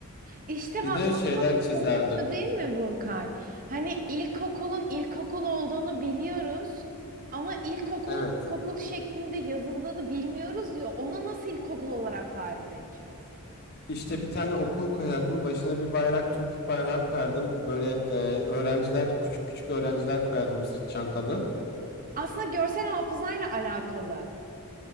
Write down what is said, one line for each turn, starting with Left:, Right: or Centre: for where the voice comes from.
Right: İşte
Left: Bir
Right: bak
Left: de
Right: asıl
Left: şeyler
Right: sıkıntı
Left: çizerdim.
Right: şu değil mi Burkay? Hani ilkokulun ilkokul olduğunu biliyoruz. Ama ilkokulun
Left: Evet.
Right: ilkokul şeklinde yazıldığını bilmiyoruz ya. Onu nasıl ilkokul olarak tarif edeceğiz?
Left: İşte bir tane okul koyardım. Başına bir bayrak, Türk bayrağı koyardım. Böyle e, öğrenciler, küçük küçük öğrenciler koyardım sırt çantalı.
Right: Aslında görsel hafızayla alakalı.